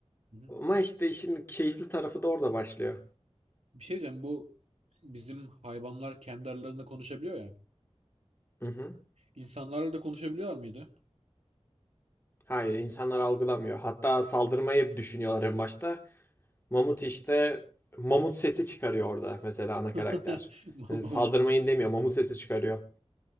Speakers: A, on the right; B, on the left.
A: Hı hı.
B: Ama işte işin keyifli tarafı da orada başlıyor.
A: Bir şey diyeceğim bu bizim hayvanlar kendi aralarında konuşabiliyor ya.
B: Hı hı.
A: İnsanlarla da konuşabiliyor muydu?
B: Hayır insanlar algılamıyor. Hatta saldırmayı düşünüyorlar en başta. Mamut işte mamut sesi çıkarıyor orada mesela ana
A: <laughs>
B: karakter.
A: Mamusu.
B: Hani saldırmayın demiyor, mamut sesi çıkarıyor.